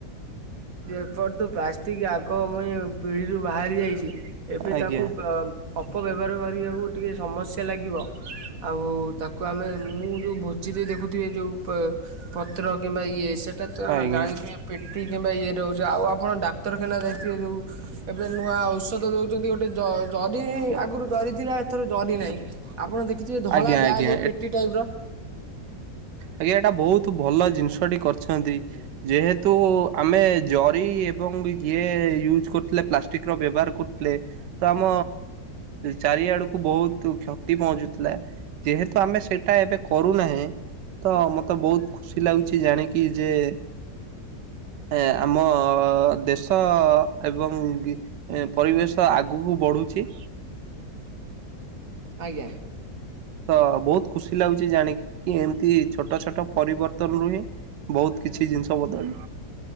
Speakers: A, on the right; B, on the right.
A: ଦେଖନ୍ତୁ ପ୍ଲାଷ୍ଟିକ୍ ଆଗ ମୁଇ ପିଢ଼ିରୁ ବାହାରି ଯାଇଛି ଏବେ
B: ଆଜ୍ଞା
A: ତାକୁ ଅପବ୍ୟବହାର କରିବାକୁ ଟିକେ ସମସ୍ୟା ଲାଗିବ। ଆଉ ତାକୁ ଆମେ ମୁଁ ଯୋଉ ଭୋଜିରେ ଦେଖୁ ଥିବେ ଯୋଉ ପତ୍ର କିମ୍ବା ଇଏ ସେଇଟା ତ
B: ଆଜ୍ଞା
A: ଜାଣିଥିବେ ପେଟି କିମ୍ବା ଇଏ ରହୁଛି ଆଉ ଆପଣ ଡାକ୍ତରଖାନା ଯାଇଥିବେ ଯେଉଁ ଏବେ ନୂଆ ଔଷଧ ଦେଉଛନ୍ତି ଗୋଟେ ଜରି ଆଗରୁ ଜରି ଥିଲା ଏଥର ଜରି ନାହିଁ ଆପଣ ଦେଖିଥିବେ ଧଳା
B: ଆଜ୍ଞା ଆଜ୍ଞା
A: ବ୍ୟାଗ୍ ଏ ପେଟି ଟାଇପ ର
B: ଆଜ୍ଞା ଏଇଟା ବୋହୁତ ଭଲ ଜିନିଷଟି କରିଛନ୍ତି। ଯେହେତୁ ଆମେ ଜରି ଏବଂ ଯିଏ ୟୁଜ କରୁଥିଲେ ପ୍ଲାଷ୍ଟିକ ଷ୍ଟିକ୍ ର ବ୍ୟବହାର କରୁଥିଲେ। ତ ଆମ ଚାରିଆଡକୁ ବୋହୁତ କ୍ଷତି ପହଞ୍ଚୁଥିଲା। ଯେହେତୁ ଆମେ ସେଟା ଏବେ କରୁନାହେଁ। ତ ମତେ ବହୁତ ଖୁସି ଲାଗୁଛି ଜାଣିକି ଯେ ଏ ଆମ ଦେଶ ଏବଂ ଗି ଏ ପରିବେଶ ଆଗକୁ ବଢୁଛି।
A: ଆଜ୍ଞା।
B: ତ ବହୁତ ଖୁସି ଲାଗୁଛି ଜାଣିକି କି ଏମିତି ଛୋଟ ଛୋଟ ପରିବର୍ତ୍ତନ ରୁହେଁ। ବହୁତ କିଛି ଜିନିଷ ବଦଳି